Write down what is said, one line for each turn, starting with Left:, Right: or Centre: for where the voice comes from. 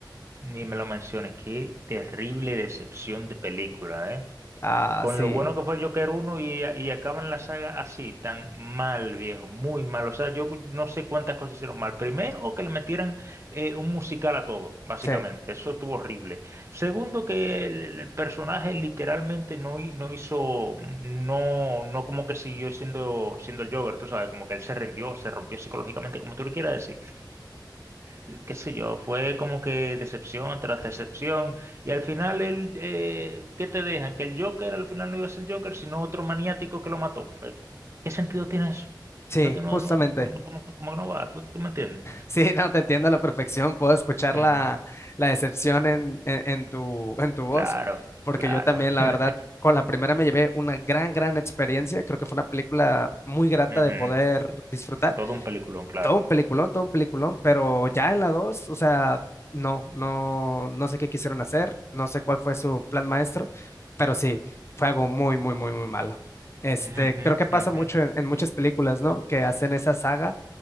Right: ni me lo menciones, qué terrible decepción de película, ¿eh?
Left: Ah,
Right: Con
Left: sí,
Right: lo bueno que fue Joker uno y, y acaban la saga así, tan mal, viejo, muy mal. O sea, yo no sé cuántas cosas hicieron mal. Primero, que le metieran eh, un musical a todo, básicamente.
Left: sí,
Right: Eso estuvo horrible. Segundo, que el, el personaje literalmente no, hi- no hizo, no, no como que siguió siendo, siendo el Joker, tú sabes, como que él se rindió, se rompió psicológicamente, como tú le quieras decir eh, qué sé yo, fue como que decepción tras decepción, y al final el, eh, ¿qué te dejan? Que el Joker al final no iba a ser Joker, sino otro maniático que lo mató. Eh, ¿Qué sentido tiene eso?
Left: sí,
Right: No, te- no,
Left: justamente.
Right: no, no, no,
Left: <laughs>
Right: como, como que no va, ¿tú, tú me entiendes?
Left: Sí, no, te entiendo a la perfección. Puedo escuchar
Right: Ujú,
Left: la, la decepción en, en, en tu, en tu voz,
Right: Claro,
Left: porque
Right: claro.
Left: yo también, la
Right: <laughs>
Left: verdad, con la primera me llevé una gran, gran experiencia. Creo que fue una película muy grata
Right: Ujú,
Left: de poder disfrutar.
Right: Todo un peliculón, claro.
Left: todo un peliculón, todo un peliculón, pero ya en la 2 o sea, no, no, no sé qué quisieron hacer, no sé cuál fue su plan maestro, pero sí, fue algo muy, muy, muy, muy malo. Este,
Right: Ujú, ujú,
Left: creo que pasa
Right: ujú,
Left: mucho en, en muchas películas, ¿no? Que hacen esa saga